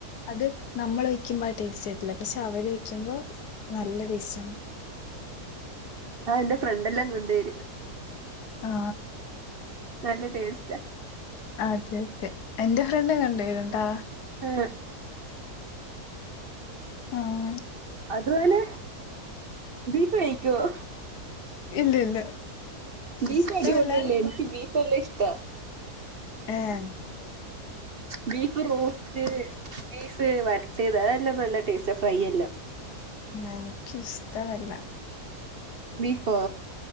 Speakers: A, on the left (about 80°); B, on the right (about 45°).
A: അത് നമ്മൾ വെക്കുമ്പോൾ ആ ടേസ്റ്റ് ആയിട്ടില്ല, പക്ഷെ അവര് വെക്കുമ്പോൾ നല്ല ടേസ്റ്റ് ആണ്.
B: ആഹ് എന്റെ ഫ്രണ്ടെല്ലാം കൊണ്ടുവരും
A: ആ
B: നല്ല ടേസ്റ്റാ
A: ആഹ് അതെ അതെ, എന്റെ ഫ്രണ്ടും കൊണ്ട് വരൂട്ടാ
B: ആഹ്
A: ആഹ്
B: അതുപോലെ, ബീഫ് കഴിക്കുവോ?
A: ഇല്ല ഇല്ല
B: ബീഫ്
A: ഇഷ്ടമല്ല
B: അടിപൊളിയല്ലേ? എനിക്ക് ബീഫ് നല്ല ഇഷ്ട.
A: ആഹ്.
B: ബീഫ്റോസ്റ്റ്. ബീഫ് വരട്ടിയത് അതെല്ലാം നല്ല ടേസ്റ്റ, ഫ്രൈ എല്ലാം..
A: എനക്ക്ഷ്ടമല്ല.
B: ബീഫോ?